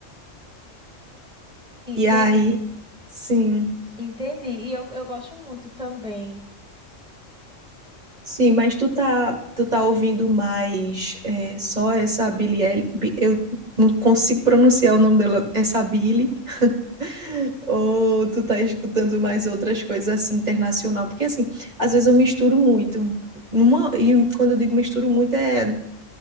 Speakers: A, in the centre; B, on the right (about 35°).
A: Entendi,
B: E aí, sim.
A: entendi. E eu, eu gosto muito também.
B: Sim, mas tu tá, tu tá ouvindo mais é, só essa Billie Eilish, Bi- eu não consigo pronunciar o nome dela, essa Billie, <laughs> ou tu tá escutando mais outras coisas assim, internacional? Porque assim, às vezes eu misturo muito, numa, e quando eu digo misturo muito é,